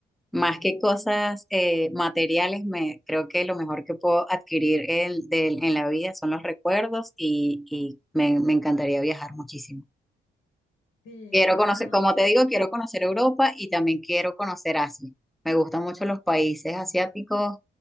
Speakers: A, in the centre; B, on the left.
A: Más que cosas eh, materiales, me, creo que lo mejor que puedo adquirir el- del- en la vida son los recuerdos y, y me, me encantaría viajar muchísimo.
B: Sí,
A: Quiero
B: sí,
A: conocer,
B: bueno, nos,
A: como te digo, quiero conocer Europa y también quiero conocer Asia. Me gustan mucho los países asiáticos